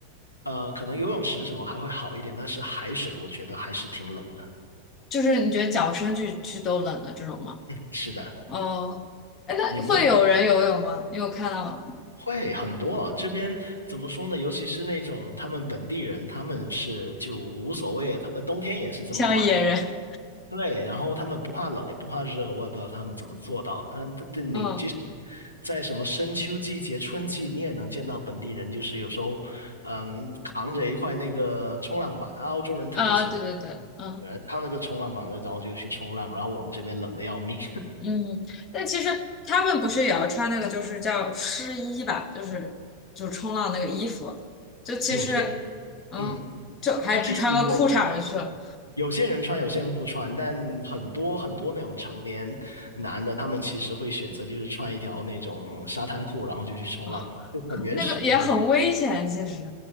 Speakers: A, on the left (about 80°); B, on the left (about 30°).
A: 呃，可能游泳池什么还会好一点，但是海水我觉得还是挺冷的。
B: 就是你觉得脚伸进去都冷的这种吗？
A: 是的，
B: 哦，哎，那会有人游泳吗？
A: 你们
B: 你有看到
A: 会很多啊，这边怎么说呢？尤其是那种他们本地人，他们是就无所谓啊，他们冬天也是这么玩。
B: 像野人？
A: 对，然后他们不怕冷也不怕热，我也不知道他们怎么做到。但这这你即使
B: 嗯
A: 在什么深秋季节、春季，你也能见到本地人，就是有时候，嗯，扛着一块那个冲浪板，澳洲人特别喜欢，
B: 啊，对对对，嗯
A: 对扛那个冲浪板，然后就去冲浪。然后我们这边冷的要命，
B: 嗯，但其实他们不是也要穿那个，就是叫湿衣吧，就是就冲浪那个衣服，
A: <laughs>
B: 就其实嗯，
A: 有些，嗯，
B: 就还只穿个裤衩儿就去了。
A: 他是有有些人穿，有些人不穿，但很多很多那种成年男的，他们其实会选择就是穿一条那种沙滩裤，然后就去冲浪，
B: 哦，
A: 就很原始的那种。
B: 那个也很危险，其实。